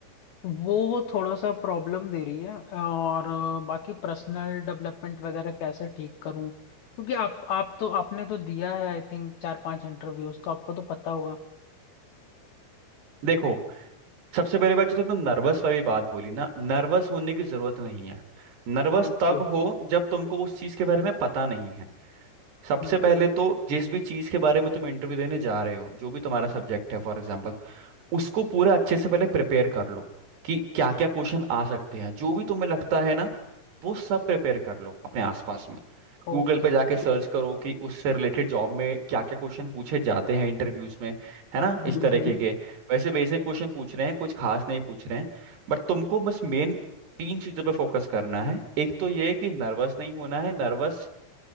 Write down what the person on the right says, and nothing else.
देखो सबसे पहले बात जो तुमने नर्वस वाली बात बोली ना नर्वस होने की जरूरत नहीं है नर्वस
तब
हो जब तुमको उस चीज के बारे में पता नहीं है सबसे
पहले
तो जिस भी चीज के बारे में तुम इंटरव्यू देने जा रहे हो जो भी तुम्हारा सब्जेक्ट है फॉर एग्जाम्पल उसको पूरा अच्छे से पहले प्रिपेयर कर लो कि क्या क्या क्वेश्चन आ सकते हैं जो भी तुम्हें लगता है ना वो सब प्रिपेयर कर लो अपने आसपास में गूगल
पे
जाके सर्च करो कि उससे रिलेटेड जॉब में क्या क्या क्वेश्चन पूछे जाते हैं इंटरव्यूज में है ना
इस तरीके
के वैसे बेसिक क्वेश्चन पूछ रहे हैं कुछ खास नहीं पूछ रहे हैं बट तुमको बस मेन तीन चीजों पे फोकस करना है एक तो ये है कि नर्वस नहीं होना है नर्वस